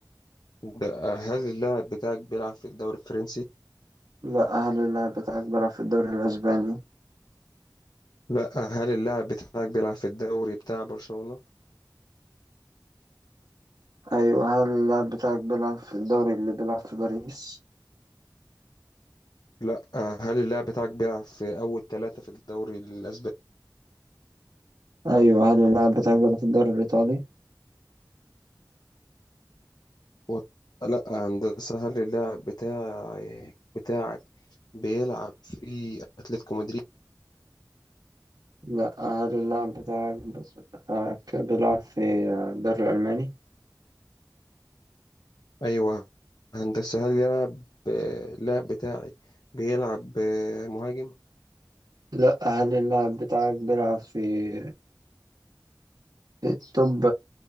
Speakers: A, on the left (about 60°); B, on the right (about 65°).
A: لأ هل اللاعب بتاعك بيلعب في الدوري الفرنسي؟
B: لا هل اللاعب بتاعك بيلعب في الدوري الاسباني
A: لأ هل اللاعب بتاعك بيلعب في الدوري بتاع برشلونة؟
B: ايوه هل اللاعب بتاعك بيلعب في الدوري اللي بيلعب في باريس
A: لأ هل اللاعب بتاعك بيلعب في أول ثلاثة في الدوري الأسباني؟
B: ايوه هل اللاعب بتاعك بيلعب في الدوري الايطالي
A: و- لأ هندسة هل اللاعب بتاعك بتاعك بيلعب في أتلتيكو مدريد؟
B: لا هل اللاعب بتاعك بتاعك بيلعب في الدوري الالماني
A: ايوه هندسة هل يلعب آه، اللاعب بتاعي بيلعب آه، مهاجم
B: لا هل اللاعب بتاعك بيلعب في في التوب